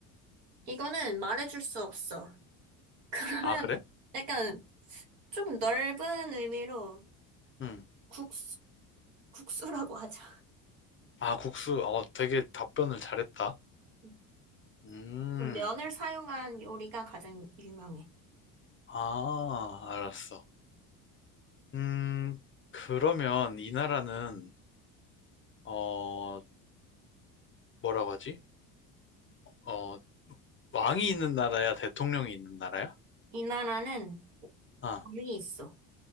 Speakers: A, on the right (about 70°); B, on the left (about 30°).
A: 이거는 말해줄 수 없어. <laughs> 그러면
B: 아, 그래?
A: 약간 조금 넓은 의미로
B: 음.
A: 국수, 국수라고 하자.
B: 아, 국수. 어, 되게 답변을 잘했다.
A: 음.
B: 음,
A: 면을 사용한 요리가 가장 유명해.
B: 아, 알았어. 음, 그러면 이 나라는, 어, 뭐라고 하지? 어, 왕이 있는 나라야? 대통령이 있는 나라야?
A: 이 나라는
B: 아,
A: 면이 있어.